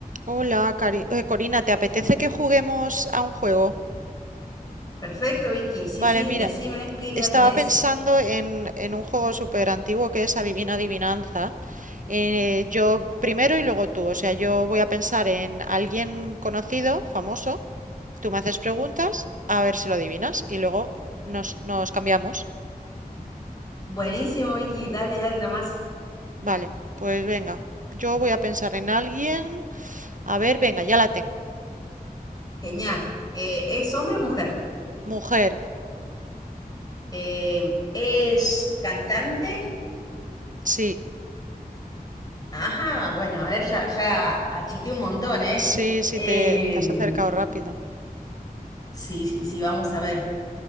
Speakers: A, on the right; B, on the left.
A: Hola, Cari- eh, Corina, ¿te apetece que juguemos a un juego?
B: Perfecto, Vicky. Sí,
A: Vale,
B: sí,
A: mira,
B: decime qué idea
A: estaba
B: tenés.
A: pensando en, en un juego súper antiguo que es Adivina Adivinanza. Eh, yo primero y luego tú, o sea, yo voy a pensar en alguien conocido, famoso, tú me haces preguntas, a ver si lo adivinas y luego nos, nos cambiamos.
B: Buenísimo, Vicky. Dale, dale nomás.
A: Vale, pues venga, yo voy a pensar en alguien, a ver, venga, ya la tengo.
B: Genial. Eh, ¿es hombre o mujer?
A: Mujer,
B: Eh, ¿es cantante?
A: sí,
B: Ajá, bueno, a ver, ya, ya achiqué un montón, ¿eh?
A: sí, sí,
B: Em,
A: te, te has acercado rápido.
B: sí, sí, sí, vamos a ver.